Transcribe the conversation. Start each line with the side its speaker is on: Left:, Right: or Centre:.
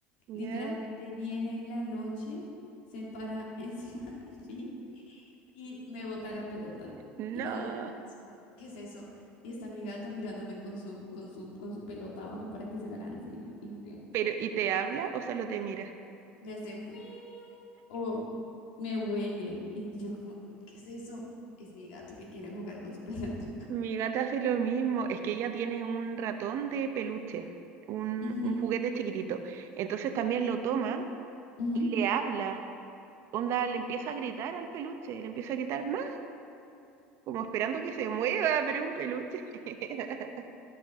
Right: ¿Ya?
Left: Literalmente viene en la noche, se para <laughs> encima de mí y me bota la pelota.
Right: No.
Left: Y cuando yo me lanzo, digo, ¿qué es eso? Y está mi gato mirándome con su, con su, con su pelota abajo para que se la lance y, ju- y juguemos.
Right: Pero, ¿y te habla o solo te mira?
Left: Me hace muy o me huele. Y yo como, "Mm, ¿qué es eso? Es mi gato que quiere jugar con su pelota.
Right: Mi gata hace lo mismo, es que ella tiene un ratón de peluche, un,
Left: Ujú,
Right: un juguete chiquitito. Entonces también lo toma
Left: ujú.
Right: y le habla. Onda, le empieza a gritar al peluche, le empieza a gritar más, como esperando que se mueva, pero es un peluche. <laughs>